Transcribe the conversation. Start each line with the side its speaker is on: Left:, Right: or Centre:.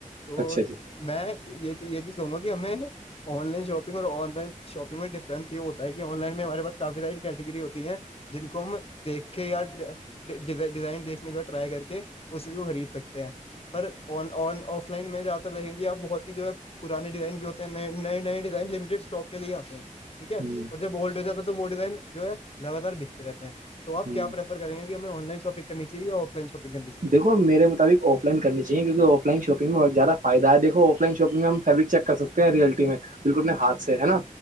Left: تو
Right: اچھا جی
Left: میں یہ یہ چیز کہوں گا کہ ہمیں آن لائن شاپنگ اور آن لائن شاپنگ میں ڈفرنس یہ ہوتا ہے کہ آن لائن میں ہمار پاس کافی ساری کیٹیگری ہوتی ہیں جن کو میں دیکھ کے یا ڈیزائن دیکھنے کا ٹرائی کر کے اس کو خرید سکتے ہیں پر آن آف لائن میں جیا رہیں گی آپ بہت ہی جو ہے پرانے ڈیزائن بھی ہوتے نئے نئے نئے ڈیزائن لمٹیڈ اسٹاک کے لیے آتے ہیں ٹھیک ہے اور
Right: ہ
Left: جب اولڈ ہو جاتا تو وہ ڈیزائن جو ہے لگاتار بکتے رہتے ہیں تو آپ
Right: ہ
Left: کیا پرریفر کریں گے کہ ہمیں آن لائن شاپن کرنی چاہیے آف آف لائن شاپن کری
Right: دیکو میر مطابق آف لائن کرنی چاہیے کیونک آف لائن شاپگ میں بہ زدہ فائدہ ہےیکھ آف لائن شاپگ میں ہم فیبرک چیک کر سکتے ہیں ریلٹی میں بالکل اپنے ہاتھ سے ہے ‌ نا